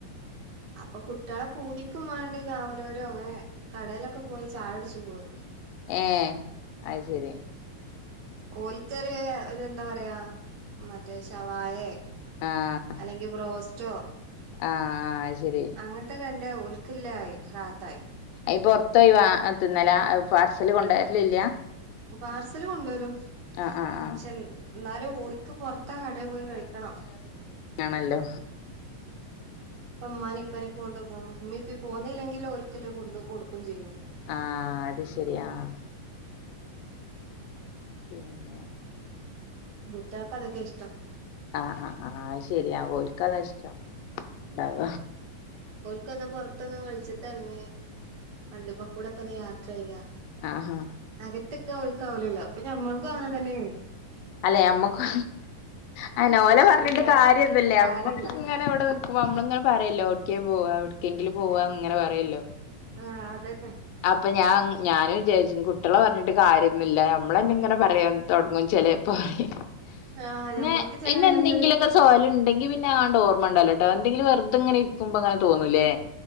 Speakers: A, on the right; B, on the left.
A: അപ്പൊ കുട്ടികളെ പൂതിക്കും വേണ്ടി കാവനൂരോ ങ്ങനെ കടയിലൊക്കെ പോയി ചായ കുടി ച്ചു പോരും
B: ഏ അത് ശരി
A: ഓൽക്കര് ഒരു എന്താ പറയാ മറ്റേ ശവായ
B: ആഹ
A: അല്ലെങ്കി ബ്രോസ്റ്റോ
B: ആഹ ആഹ അത് ശരി
A: അങ്ങനത്തെ കണ്ട ഓൾക്കെല്ലാം ആയി റാഹത്തായി
B: ഐ പൊറത്ത് പോയി വാങ്ങി തിന്നല പാർസല് കൊണ്ടരലില്ല
A: പാർസല് കൊണ്ടുവരും
B: ആഹ് ആഹ് ആഹ്
A: പക്ഷെ ന്നാലും ഓല് ക്ക് പൊറത്താ കടയിൽ പോയി കഴിക്കണം
B: ആണല്ലോ
A: അപ്പംമ്മാന്യ ഇപ്പനൊക്ക കൊണ്ട് പോകും ഉമ്മ ഇപ്പ പോന്നില്ലെങ്കിൽ ഓ ൽക്കില്ലത് കൊണ്ട് കൊടുക്കും ചെയ്യും
B: ആഹ അത് ശരി ആഹ് പിന്നെ
A: കുട്ടിൾക്ക് അതൊക്കെ ഇഷ്ടം
B: ആഹ ആഹ ആഹ അത് ശെരിയാ ഓല്ക്കത ഇഷ്ട ഉണ്ടാവ
A: ഓല്ക്ക്ന്ന് പുറത്തൊന്ന് വെളിച്ചത്തെറങ്ങി വണ്ടിമ കൂടെക്കെ ഒന്ന് യാത്ര ചെയ്യ
B: ആഹഹ
A: അകത്ത്കാൻ ഓലക്ക് ആവലല്ലോ അപ്പൊ ഞമ്മൾക്കും
B: ഉം
A: അങ്ങനെ തന്നെയാണ്
B: അല്ലെ നമ്മക്ക് അങ്ങനെയാ ഓലെ പറഞ്ഞിട്ട്
A: കുട്ടികളെ
B: കാര്യന്നുംല്ല
A: കാര്യല്ല
B: നമ്മക്ക് ഇങ്ങനെ ഇവിടെ അപ്പൊ നമ്മളിങ്ങനെ പറയുവല്ലൊ എവിടേക്കെങ്കിലും പോവാ എവിടക്കെങ്കില പോവാന്ന് ഇങ്ങനെ പറയുല്ലോ
A: ആഹ അതന്നെ
B: അപ്പൊ ഞാൻ ഞാനും വിചാരിച്ച കുട്ടികള പറഞ്ഞിട്ട് കാര്യൊന്നുമില്ല നമ്മള് തന്നെ ഇങ്ങനെ പറയാൻ തുടങ്ങും ചെല.. പറയും
A: ആഹ്
B: പിന്ന
A: ഞമ്മക്ക് ചെല
B: പിന്നെ
A: നേരത്തൊരു
B: എന്തെങ്കിലുമൊക്കെ ജോലി ണ്ടെങ്കി പിന്നെ ആ ഓർമ ഉണ്ടല്ലോട്ടോന്തെങ്കില വെറുത ഇങ്ങനെ ഇരിക്കുമ്പോ തോന്നൂലേ